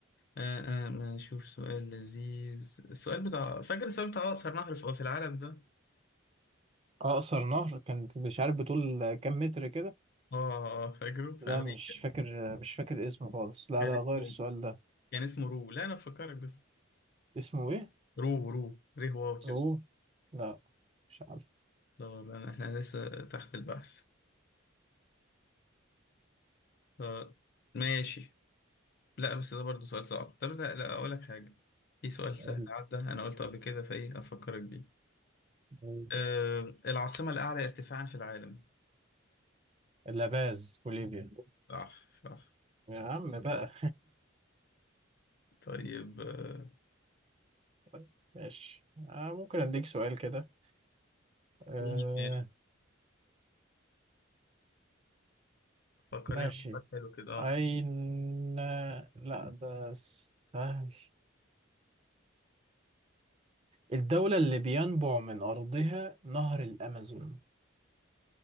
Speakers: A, on the left; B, on the right.
A: آه، آه، ما نشوف سؤال لذيذ السؤال بتاع فاكر السؤال بتاع اقصر نهر في في العالم ده
B: اقصر نهر كان مش عارف بطول كام متر كده
A: اه آه، آه، فاكره في
B: لا
A: امريكا
B: مش فاكر مش فاكر اسمه خالص لا
A: كان
B: لا
A: اسمه
B: غير السؤال ده
A: كان اسمه رو لا انا بفكرك بس
B: اسمه ايه
A: رو رو ريه واو كده
B: اوه لا مش عارف
A: طب أنا- احنا لسه تحت البحث آه، ماشي لا بس ده برضه سؤال صعب طب لا لا اقول لك حاجه في سؤال
B: قول
A: سهل عدى انا قلته قبل كده فايه افكرك بيه
B: قول.
A: أه العاصمه الاعلى ارتفاعا في العالم
B: اللاباز بوليفيا
A: صح صح
B: يا عم بقى
A: طيب آه،
B: <laughs> ماشي آه ممكن اديك سؤال كده آه
A: ماشي فكر
B: ماشي
A: لي في سؤال حلو كده اه
B: أين لا ده سهل الدولة اللي بينبع من أرضها نهر الأمازون